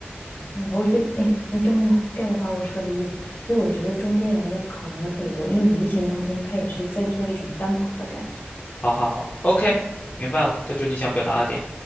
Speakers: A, on the left; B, on the left.
A: 哎，我对，哎，你终于 get 到我说的意思，所以我觉得中间人要考量的特别多，因为无形当中他也是在做一种担保的感觉。
B: 好好好，OK，明白了，这就是你想表达的点。